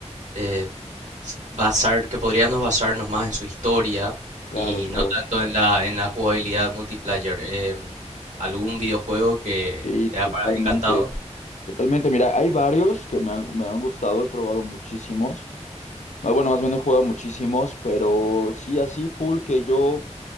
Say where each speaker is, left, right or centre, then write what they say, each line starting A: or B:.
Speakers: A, on the right (about 85°); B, on the left (about 75°).
A: eh, basar, que podríamos basarnos más en su historia
B: Claro,
A: y
B: claro.
A: no tanto en la, en la jugabilidad multiplayer. Em, ¿algún videojuego que
B: Sí,
A: te ha
B: totalmente.
A: para- encantado?
B: Totalmente. Mira, hay varios que me han, me han gustado, he probado muchísimos. Más bueno, más bien he jugado muchísimos, pero sí, así full que yo,